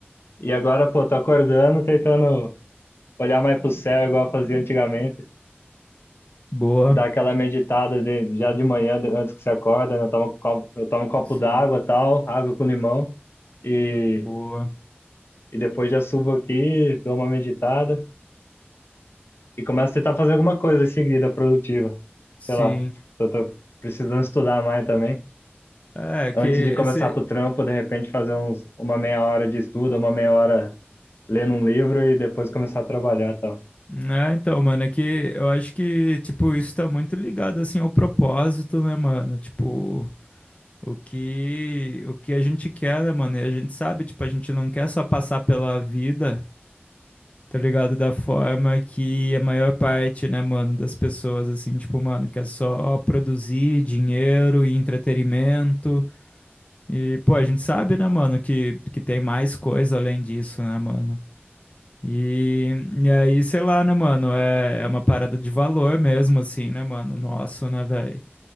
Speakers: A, on the left (about 65°); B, on the left (about 30°).
A: E agora, pô, tô acordando, tentando olhar mais pro céu, igual eu fazia antigamente.
B: Boa.
A: Dar aquela meditada de- já de manhã, de- antes que você acorda, né? Eu tomo, um copo- eu tomo um copo
B: Sim.
A: d'água, tal, água com limão. E,
B: Boa.
A: e depois já subo aqui, dou uma meditada e começo a tentar fazer alguma coisa em seguida, produtiva.
B: Sim.
A: Sei lá, eu tô precisando estudar mais também.
B: É, que
A: Antes
B: esse.
A: de começar pro trampo, de repente fazer uns, uma meia hora de estudo, uma meia hora lendo um livro e depois começar a trabalhar, tal.
B: É, então, mano, é que eu acho que, tipo, isso tá muito ligado, assim, ao propósito, né, mano? Tipo, o que, o que a gente quer, né, mano? E a gente sabe, tipo, a gente não quer só passar pela vida, tá ligado? Da forma que a maior parte, né, mano, das pessoas, assim, tipo, mano, quer só produzir dinheiro e entretenimento. E, pô, a gente sabe, né, mano, que, que tem mais coisa além disso, né, mano? E, e aí, sei lá, né, mano? É, é uma parada de valor mesmo, assim, né, mano? Nosso, né, velho?